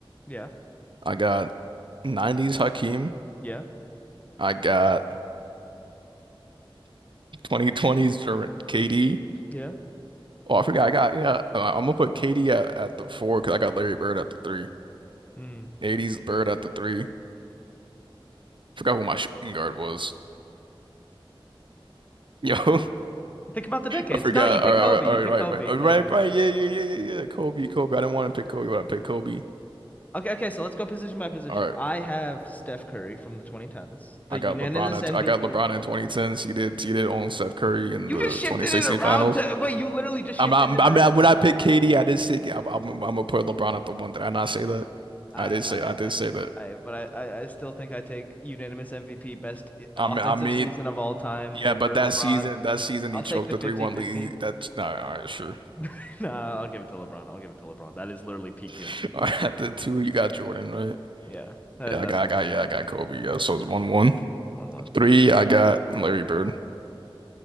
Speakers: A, on the left (about 15°); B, on the right (about 60°).
A: Yeah.
B: I got 90s Hakeem.
A: Yeah.
B: I got 2020s for KD.
A: Yeah.
B: Oh, I forgot. I got, yeah, I got uh, I'm gonna put KD at, at the four because I got Larry Bird at the three.
A: Mm.
B: 80s Bird at the three. Forgot who my shooting guard was. Yo, <laughs>
A: Think about the decades.
B: I forgot.
A: No, you pick
B: All right,
A: Kobe.
B: all right,
A: You
B: all right,
A: pick
B: right,
A: Kobe.
B: right, all
A: Kobe.
B: right, right. Yeah, yeah, yeah, yeah, yeah. Kobe, Kobe. I didn't want to pick Kobe, but I picked Kobe.
A: Okay, okay, so let's go position by position.
B: All right,
A: I have Steph Curry from the 2010s, the
B: I
A: unanimous
B: got LeBron at
A: MVP.
B: I got LeBron in 2010s. He did he did own Steph Curry in
A: You
B: the
A: just shifted
B: 2016
A: it around
B: finals.
A: to wait, you literally just shifted
B: I'm not,
A: it
B: I
A: around.
B: mean, when I picked KD, I did say I'm, I'm, I'm gonna put LeBron at the one. Did I not say that?
A: <laughs> I,
B: I did
A: I,
B: say I did
A: I,
B: say that.
A: I, but I, I I still think I take unanimous MVP, best eh, offensive
B: I mean, I mean,
A: season of all time
B: Yeah,
A: over
B: but that
A: LeBron.
B: season, that season
A: I'll
B: he
A: take
B: choked
A: the
B: the
A: fifty-fifty.
B: 3-1 lead. That's not all right, sure.
A: 50 <laughs> No, I'll give it to LeBron. I'll give it to LeBron. That is literally peak human.
B: <laughs> All right, at the two, you got Jordan, right?
A: Yeah, uh,
B: Yeah,
A: that's
B: I got, I
A: a watch.
B: got, yeah, I got Kobe. Yeah, so it's 1-1.
A: 1-1.
B: Three, I got Larry Bird.